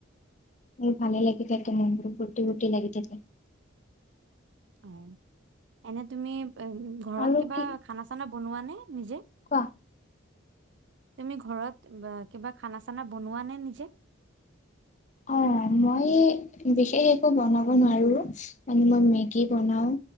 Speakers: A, on the left (about 35°); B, on the right (about 65°).
A: ভালে লাগি থাকে। মনবোৰ ফূৰ্তি, ফূৰ্তি লাগি থাকে।
B: অঁ এনেই তুমি- ঘৰত
A: আৰু
B: কিবা
A: কি
B: খানা- চানা বনোৱা নে? নিজে
A: কোৱা
B: তুমি ঘৰত কিবা খানা- চানা বনোৱা নে নিজে?
A: অঁ মই বিশেষ একো বনাব নোৱাৰো। মানে, মই মেগী বনাওঁ